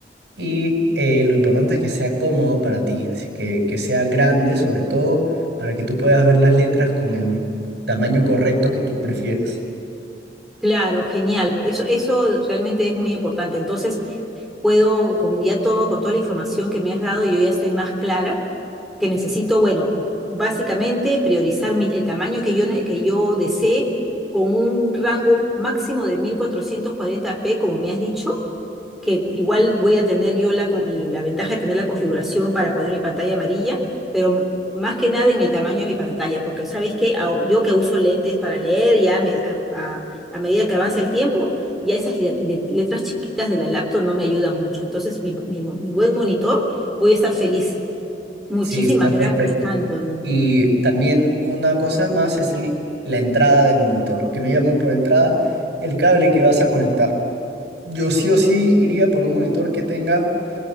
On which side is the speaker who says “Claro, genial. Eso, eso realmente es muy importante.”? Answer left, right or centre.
Centre